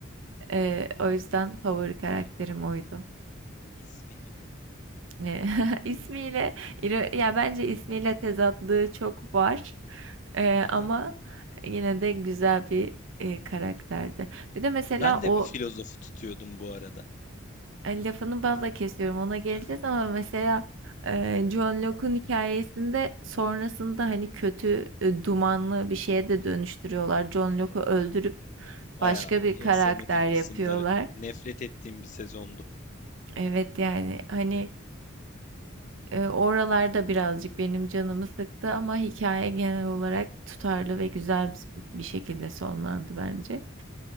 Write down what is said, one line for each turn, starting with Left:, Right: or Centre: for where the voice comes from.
Right: E, o yüzden favori karakterim oydu.
Left: ismi gibi.
Right: Eee, <laughs> ismiyle iro ya bence ismiyle tezatlığı çok var. Eee,
Left: Aha.
Right: ama yine de güzel bir, eee, karakterdi. Bir de mesela
Left: Ben de
Right: o
Left: bir filozofu tutuyordum bu arada.
Right: hani lafını balla kesiyorum ona geleceğiz
Left: Aha.
Right: ama mesela, eee, John Locke'un hikayesinde sonrasında hani kötü, eee, dumanlı bir şeye de dönüştürüyorlar. John Locke'u
Left: Evet,
Right: öldürüp
Left: evet, evet, evet. Bayağı
Right: başka bir
Left: en
Right: karakter
Left: sevmediğim kısımları,
Right: yapıyorlar.
Left: nefret ettiğim bir sezondu.
Right: Evet, yani, hani E, oralarda birazcık benim canımı sıktı ama hikaye genel olarak tutarlı ve güzel bir şekilde sonlandı bence.
Left: Hı hı.